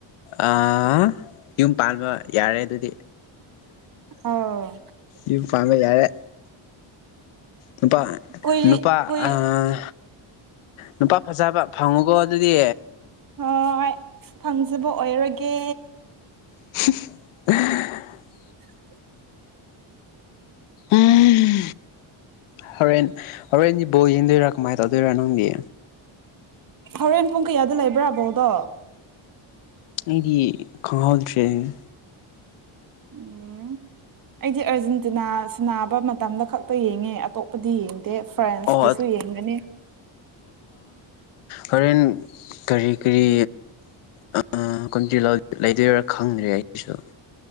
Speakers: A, on the left; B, on the right.
A: ꯑꯥ ꯌꯨꯝ ꯄꯥꯟꯕ ꯌꯥꯔꯦ ꯑꯗꯨꯗꯤ
B: ꯑꯥꯎ
A: ꯌꯨꯝ ꯄꯥꯟꯕ ꯌꯥꯔꯦ ꯅꯨꯄꯥ
B: ꯀꯨꯏ
A: ꯅꯨꯄꯥ
B: ꯀꯨꯏ
A: ꯑꯥ ꯅꯨꯄꯥ ꯐꯖꯕ ꯐꯪꯉꯨꯀꯣ ꯑꯗꯨꯗꯤ
B: ꯍꯣꯏ ꯐꯪꯖꯕ ꯑꯣꯏꯔꯒꯦ
A: <inaudible>
B: <inaudible>
A: ꯎꯝ ꯍꯣꯔꯦꯟ ꯍꯔꯦꯟꯗꯤ ꯕꯣꯜ ꯌꯦꯡꯗꯨꯔꯥ ꯀꯃꯥꯏ ꯇꯧꯗꯨꯔꯥ ꯅꯪꯗꯤ
B: ꯍꯣꯔꯦꯟ ꯄꯨꯡ ꯀꯌꯥꯗ ꯂꯩꯕ꯭ꯔꯥ ꯕꯣꯜꯗꯣ
A: ꯑꯩꯗꯤ ꯈꯪꯍꯧꯗ꯭ꯔꯦꯅꯦ
B: ꯎꯝ ꯑꯩꯗꯤ ꯑꯔꯖꯦꯟꯇꯤꯅꯥ ꯁꯥꯅꯕ ꯃꯇꯝꯗ ꯈꯛꯇ ꯌꯦꯡꯉꯦ ꯑꯇꯣꯞꯄꯗꯤ ꯌꯦꯡ ꯗꯦ ꯐ꯭ꯔꯦꯟꯁꯀꯤꯁꯨ
A: ꯑꯣ
B: ꯌꯦꯡꯒꯅꯤ
A: ꯍꯣꯔꯦꯟ ꯀꯔꯤ ꯀꯔꯤ ꯑꯥ <unintelligible> ꯂꯩꯗꯣꯏꯔꯥ ꯈꯪꯗ꯭ꯔꯦ ꯑꯩꯁꯨ